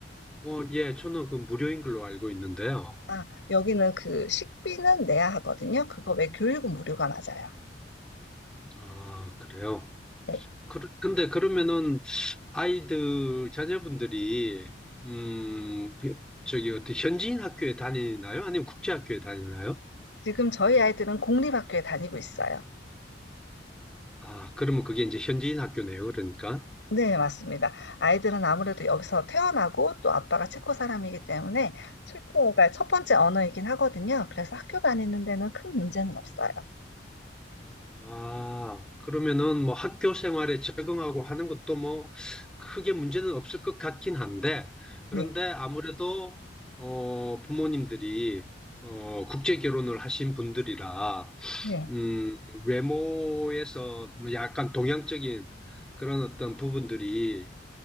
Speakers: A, in the centre; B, on the left.
A: 어, 예, 저는 그 무료인 걸로 알고 있는데요.
B: 아, 여기는 그 식비는 내야 하거든요. 그거 외 교육은 무료가 맞아요.
A: 아, 그래요?
B: 네.
A: 그, 근데 그러면은 아이들, 자녀분들이, 음, 저기, 어떻게 현지인 학교에 다니나요? 아니면 국제학교에 다니나요?
B: 지금 저희 아이들은 공립학교에 다니고 있어요.
A: 아, 그러면 그게 이제 현지인 학교네요, 그러니까.
B: 네, 맞습니다. 아이들은 아무래도 여기서 태어나고 또 아빠가 체코 사람이기 때문에 체코가 첫 번째 언어이긴 하거든요. 그래서 학교 다니는 데는 큰 문제는 없어요.
A: 아, 그러면은 뭐 학교 생활에 적응하고 하는 것도 뭐 크게 문제는 없을 것 같긴 한데,
B: 네.
A: 그런데 아무래도, 어, 부모님들이, 어, 국제 결혼을 하신 분들이라,
B: 네.
A: 음, 외모에서 뭐 약간 동양적인 그런 어떤 부분들이